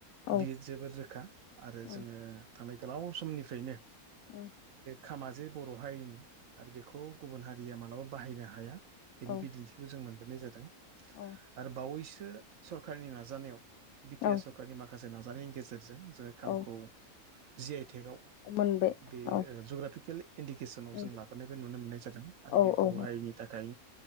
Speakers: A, on the left; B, on the right.
A: उम औ
B: बियो जोबोद रोखा आरो
A: उम
B: जोंङो थांनाय गोलाव समनिफ्रायनो
A: औ
B: खामाजे बर' हारिनि आरो बेखौ गुबुन हारिया मालाबा बाहायनो हाया। बिनि
A: औ
B: बिदिन्थिखौ जों मोनबोनाय जादों
A: औ
B: आरो बावैसो सरखारनि नाजानायाव बि टि
A: औ
B: आर सरखारनि माखासे नाजानायनि गेजेरजों जोंङो खामखौ
A: औ
B: जे थेगाव।
A: मोनबाय
B: बे
A: औ
B: जुग्राफिकेल इन्डिकेसनाव
A: उम
B: जों लाबोनायबो नुनो मोननाय जादों आरो
A: औ
B: बे
A: औ
B: बर' हारिनि थाखाय